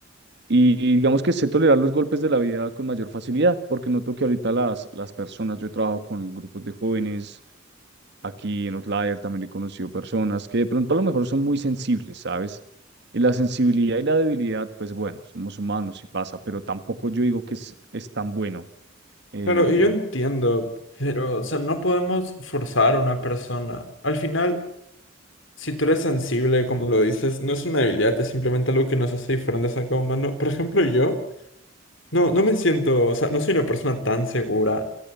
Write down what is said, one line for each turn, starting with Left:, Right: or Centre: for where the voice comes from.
Right: y digamos que sé tolerar los golpes de la vida con mayor facilidad, porque noto que ahorita las, las personas, yo trabajo con grupos de jóvenes, Aquí en Outlier también he conocido personas que de pronto a lo mejor son muy sensibles, ¿sabes? Y la sensibilidad y la debilidad, pues bueno, somos humanos y pasa, pero tampoco yo digo que es, es tan bueno. Eh,
Left: Claro, y yo entiendo, pero, o sea, no podemos forzar a una persona. Al final, si tú eres sensible, como lo dices, no es una debilidad, es simplemente algo que nos hace diferentes a cada humano. Por ejemplo, yo no, no me siento, o sea, no soy una persona tan segura,